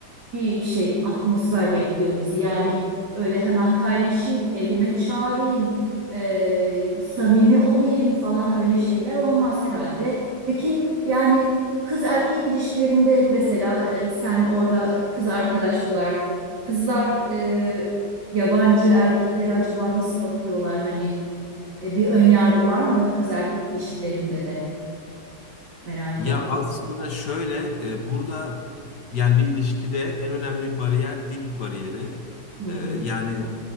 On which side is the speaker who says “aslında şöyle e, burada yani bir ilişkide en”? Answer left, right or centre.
Left